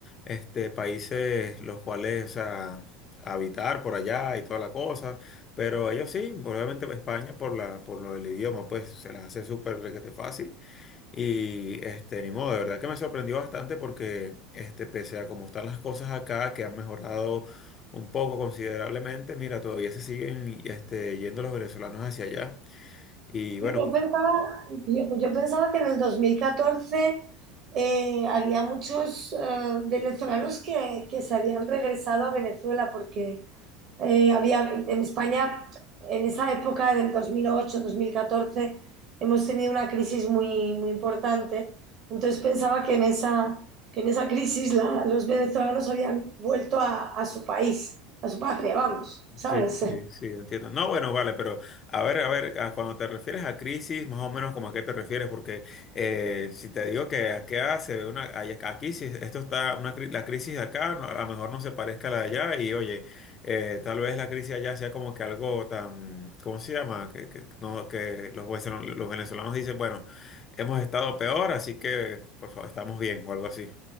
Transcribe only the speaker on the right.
Sí, Yo pensaba, yo, yo pensaba que en el 2014 eh, había muchos eh, venezolanos que, que se habían regresado a Venezuela porque eh, había en España, en esa época del 2008-2014, hemos tenido una crisis muy, muy importante. Entonces pensaba que en esa, que en esa crisis la- los venezolanos habían vuelto a, a su país, a su patria, vamos, ¿sabes?